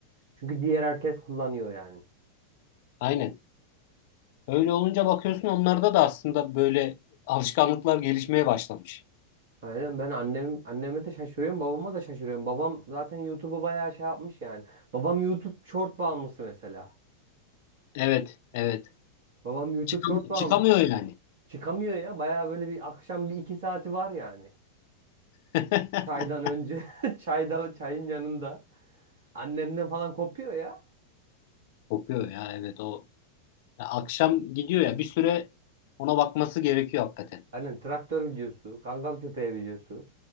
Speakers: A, on the right; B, on the left.
A: Çünkü diğer herkes kullanıyor yani.
B: aynen. Öyle olunca bakıyorsun onlarda da aslında böyle alışkanlıklar gelişmeye başlamış.
A: Aynen ben annem anneme de şaşırıyorum, babama da şaşırıyorum. Babam zaten YouTube'u bayağı şey yapmış yani. Babam YouTube short bağımlısı mesela.
B: Evet, evet.
A: Babam YouTube
B: Çıkam
A: short bağımlısı.
B: çıkamıyor yani.
A: Çıkamıyor ya. Bayağı böyle bir akşam bir iki saati var yani.
B: <laughs>
A: Çaydan önce. <laughs> Çayda, çayın yanında. Annemden falan kopuyor ya.
B: Kokuyor ya evet o. Ya akşam gidiyor ya bir süre ona bakması gerekiyor hakikaten.
A: Hani traktör videosu, kangal köpeği videosu.